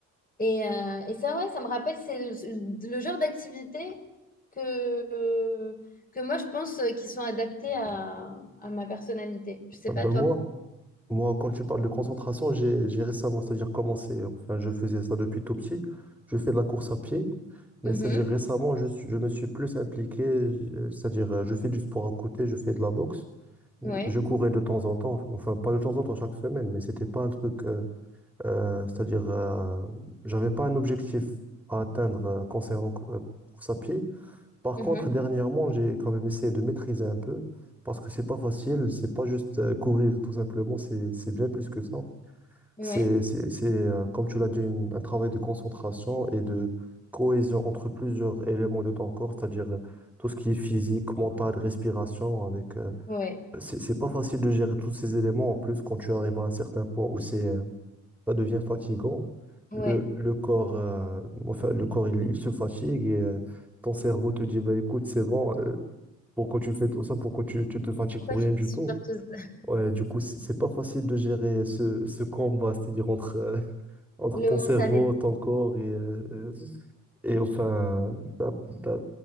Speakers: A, on the left; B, in the centre.
A: Et, euh, et ça, ouais, ça me rappelle, c'est le le genre d'activité que, euh, que moi, je pense euh, qui sont adaptées à, à ma personnalité. Je sais
B: Ah
A: pas,
B: Ben
A: toi.
B: moi, moi, quand tu parles de concentration, j'ai, j'ai récemment, c'est-à-dire commencé, enfin, je faisais ça depuis tout petit. Je fais de la course à pied.
A: Mhm,
B: Mais c'est-à-dire récemment, je, suis- je me suis plus impliqué, euh, c'est-à-dire euh, je fais du sport à côté, je fais de la boxe.
A: ouais,
B: Je courais de temps en temps, enfin pas de temps en temps chaque semaine, mais c'était pas un truc, euh, euh, c'est-à-dire euh, j'avais pas un objectif à atteindre euh, concernant euh, course à pied. Par
A: mhm,
B: contre, dernièrement, j'ai quand même essayé de maîtriser un peu parce que c'est pas facile, c'est pas juste euh, courir tout simplement, c'est c'est bien plus que ça.
A: ouais,
B: C'est, c'est, c'est, euh, comme tu l'as dit, une- un travail de concentration et de cohésion entre plusieurs éléments de ton corps, c'est-à-dire euh, tout ce qui est physique, mental, respiration, avec, euh,
A: ouais,
B: c'est, c'est pas facile de gérer tous ces éléments. En plus, quand tu arrives à un certain point où c'est, euh, ça devient fatigant,
A: ouais.
B: le, le corps, euh, enfin, le corps, il, il se fatigue et euh, ton cerveau te dit, bah, écoute, c'est bon, euh, pourquoi tu fais tout ça, pourquoi tu, tu te fatigues
A: Pourquoi
B: pour
A: tu
B: rien
A: dis
B: du tout?
A: superpose <laughs>
B: Ouais, du coup, c'est c'est pas facile de gérer ce, ce combat, c'est-à-dire entre euh, entre
A: Le
B: ton
A: mental
B: cerveau,
A: est...
B: ton corps et, euh, euh, et enfin, ta- ta-